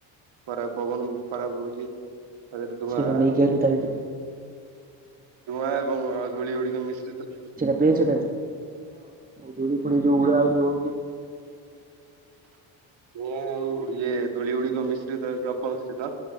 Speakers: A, on the right (about 65°); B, on the right (about 20°).
A: ଖରାପ ପବନ ଖରାପ ରହୁଚି ତା ଦେହରେ ଧୂଆଁ
B: ସେଇଟା
A: ଆଉ
B: ନେଇକି ଆଇଲୁ ତା ଭିତରୁ
A: ଧୂଆଁ ଏବଂ ଧୂଳି ଗୁଡ଼ିକ ମିଶିଲେତ
B: <unintelligible> ସେଠାରେ, ଧୁଳି ଫୁଡି ଯୋଉ ଉଡା ଉଡି ହଉଛି।
A: ହ ଧୂଆଁ, ଆଉ ଇଏ, ଧୂଳି ଗୁଡିକ ମିଶ୍ରିତ ହେଇକି, ଅପମିଶ୍ରିତ